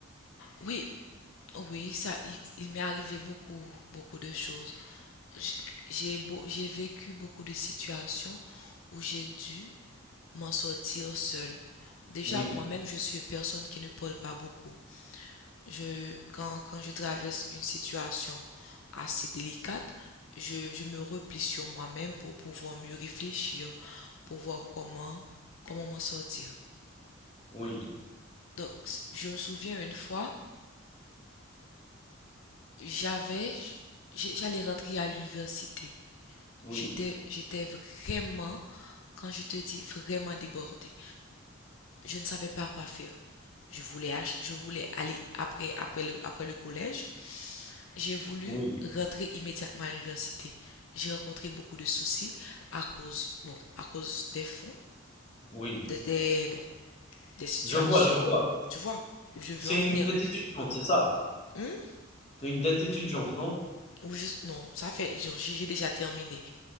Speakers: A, on the left; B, on the left.
A: Oui, oui, ça, il, il m'est arrivé beaucoup, beaucoup de choses. J- J'ai, beau- j'ai vécu beaucoup de situations où j'ai dû m'en sortir seule. Déjà,
B: Oui,
A: moi-même, je suis une personne qui ne parle pas beaucoup. Je, quand, quand je traverse une situation assez délicate, je, je me replie sur moi-même pour pouvoir mieux réfléchir, pour voir comment, comment m'en sortir.
B: oui,
A: Donc, je me souviens une fois, j'avais, j'allais rentrer à l'université.
B: oui,
A: J'étais, j'étais vraiment, quand je te dis vraiment débordée. Je ne savais pas quoi faire. Je voulais, je voulais aller après, après le, après le collège. J'ai voulu
B: oui,
A: rentrer immédiatement à l'université. J'ai rencontré beaucoup de soucis à cause, bon, à cause des fonds,
B: oui.
A: des, des- bon, des situations,
B: Je vois, je vois.
A: tu vois, où je veux
B: C'est
A: en venir.
B: une dette étudiante, c'est ça?
A: Hum?
B: C'est une dette étudiante, non?
A: Ou juste, non, ça fait, genre, j'ai j'ai déjà terminé